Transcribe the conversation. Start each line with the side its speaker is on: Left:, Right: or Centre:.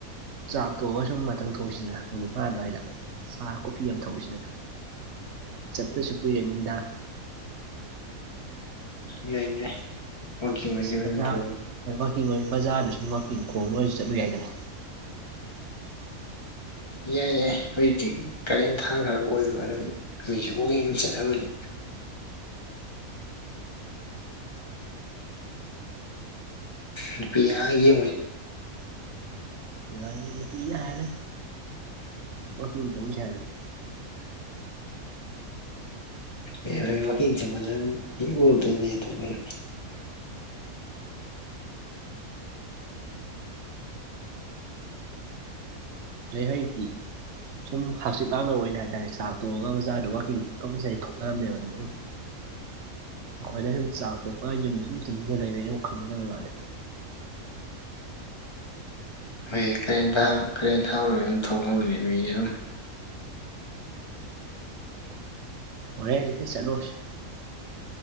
Right: ꯆꯥꯛ ꯇꯣꯛꯑꯒ ꯁꯨꯝ ꯃꯊꯪ ꯊꯣꯛꯏꯁꯤꯅ ꯄꯨꯡ ꯅꯤꯄꯥꯟ ꯑꯗꯨꯋꯥꯏꯗ ꯁꯥ ꯀꯣꯐꯤ ꯑꯃ ꯊꯣꯛꯎꯁꯤꯗꯅ ꯆꯠꯇꯁꯨ ꯀꯨꯏꯔꯦ ꯅꯨꯃꯤꯗꯥꯡ
Left: ꯌꯥꯏ ꯌꯥꯏ ꯋꯥꯛꯀꯤꯡ ꯑꯣꯏꯅ
Right: ꯑꯁ
Left: ꯀꯩ ꯑꯣꯏꯅ
Right: ꯕꯖꯥꯔ
Left: ꯊꯣꯛꯎꯔꯣ
Right: ꯍꯣꯏ ꯋꯥꯛꯀꯤꯡ ꯑꯣꯏꯣꯏ ꯕꯖꯥꯔꯗ ꯁꯨꯝ ꯋꯥꯛꯀꯤꯡ ꯈꯣꯡꯅ ꯑꯣꯏꯔꯁꯨ ꯆꯠꯂꯨ ꯌꯥꯏꯗꯅ <inaudible>
Left: ꯏꯌꯥ ꯌꯥꯏ ꯑꯩꯗꯤ ꯀꯔꯦꯟ ꯊꯥꯈ꯭ꯔ ꯑꯣꯏꯕ ꯑꯗꯨ ꯃꯤꯁꯨ ꯋꯣꯏ ꯌꯨꯝ ꯆꯠꯂꯝꯃꯅꯤ ꯅꯨꯄꯤ ꯌꯥ <unintelligible> ꯑꯩꯒꯤ
Right: ꯕꯦꯔꯥꯅꯤ ꯅꯨꯄꯤꯅꯦ ꯍꯥꯏꯗꯤ ꯑꯣꯀꯤꯝ ꯊꯣꯛꯎꯁꯦ ꯍꯥꯏꯕꯅꯦ
Left: ꯑꯩꯏ ꯋꯥꯀꯤꯡ ꯆꯠꯄꯗ ꯃꯤ ꯎꯔꯛꯇꯅꯦ ꯊꯣꯛꯑꯦ
Right: ꯂꯩꯍꯩꯇꯤ ꯁꯨꯝ ꯍꯛꯆꯤꯠ ꯂꯥꯡꯅꯕ ꯑꯣꯏꯅ ꯍꯥꯏꯇꯥꯔꯦ ꯆꯥꯛ ꯇꯣꯛꯑꯒ ꯕꯖꯥꯔꯗ ꯋꯥꯀꯤꯡ ꯊꯣꯛꯎꯁꯦ ꯊꯣꯛꯅꯔꯝꯅꯦꯕ ꯃꯤ ꯑꯗꯨꯝ ꯈꯣꯏꯅ ꯁꯨꯝ ꯆꯥꯛ ꯇꯣꯛꯄ ꯌꯨꯝꯗ ꯁꯨꯝ ꯇꯨꯝꯁꯤꯜ ꯂꯩꯕꯩꯌꯨ ꯈꯪꯗꯅꯕꯩ ꯋꯥꯅꯦ
Left: ꯃꯣꯏ ꯀꯔꯦꯟ ꯊ ꯀꯔꯦꯟ ꯊꯥꯕ ꯑꯗꯨꯝ ꯊꯣꯛꯕꯅꯤ ꯃꯤ ꯑꯗꯨꯝ
Right: ꯍꯣꯔꯦꯗꯤ ꯍꯦ ꯆꯠꯂꯣꯁꯤ